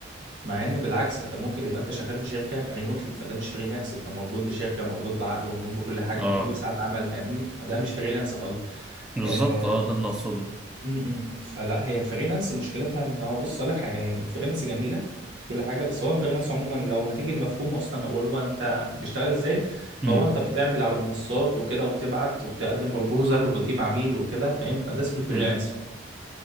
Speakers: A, on the right (about 70°); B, in the centre.
A: مع ان بالعكس انت ممكن يبقى انت شغال في شركه ريموتلي فده مش فريلانس انت مربوط بشركه مربوط بعقد مربوط بكل حاجه
B: اه
A: مربوط بساعات عمل فاهمني فده مش فريلانس خالص
B: بالظبط
A: آه،
B: اه ده اللي اقصده
A: امم فلا هي الفريلانس مشكلتها ان هو بص اقول لك حاجه هي الفريلانس جميله كل حاجه بس هو الفريلانس عموما لو هتيجي المفهوم اصلا اول هو انت بيشتغل ازاي
B: امم
A: فهو انت بتعمل على منصات وكده وبتبعت وبتقدم بروبوزل وبتجيب عميل وكده فاهم فده اسمه الفريلانس
B: امم